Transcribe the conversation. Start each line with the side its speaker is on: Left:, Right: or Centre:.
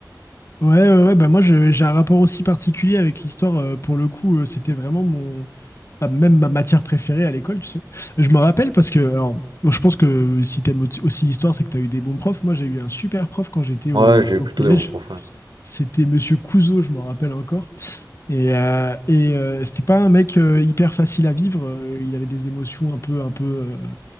Left: Ouais, ouais, ouais, bah moi je- j'ai un rapport aussi particulier avec l'histoire. euh, pour le coup, euh, c'était vraiment mon ah, même ma matière préférée à l'école, tu sais. Je me rappelle parce que alors bon, je pense que si t'aimes au- aussi l'histoire, c'est que t'as eu des bons profs. Moi, j'ai eu un super prof quand j'étais
Right: Ouais,
Left: au,
Right: j'ai eu
Left: au
Right: plutôt
Left: collège.
Right: des bons profs, ouais.
Left: C'était Monsieur Couzeau, je m'en rappelle encore. Et, euh, et euh, c'était pas un mec euh, hyper facile à vivre. euh, il avait des émotions un peu, un peu, euh,